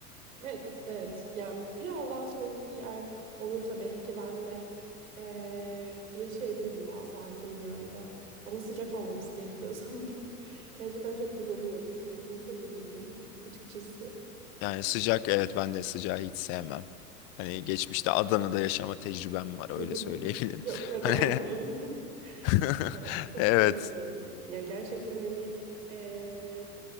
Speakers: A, on the right (about 60°); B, on the left (about 30°).
A: Evet, evet. Yani biraz daha soğuk bir yer olursa belki ben de eee, yaşayabilirim daha sakin bir yerde. Ama sıcak olmaması gerekiyor sanırım. <laughs> Gerçekten çok bunalıyorum. Sıcak insanı değilim açıkçası.
B: Yani sıcak evet ben de sıcağı hiç sevmem. Hani geçmişte Adana'da yaşama tecrübem var
A: <laughs>
B: öyle söyleyebilirim.
A: Yok
B: <laughs>
A: ben
B: Hani
A: almayayım. <laughs>
B: <laughs>
A: Ya, çok
B: Evet.
A: bunalıyorum. Ya gerçekten hani eee,